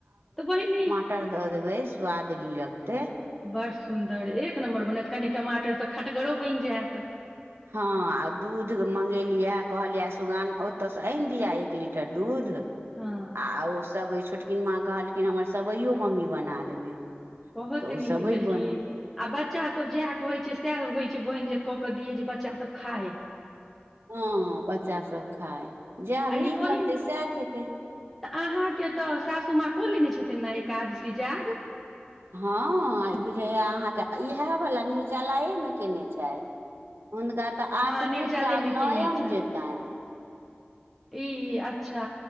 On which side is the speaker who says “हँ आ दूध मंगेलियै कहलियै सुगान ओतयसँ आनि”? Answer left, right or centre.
Right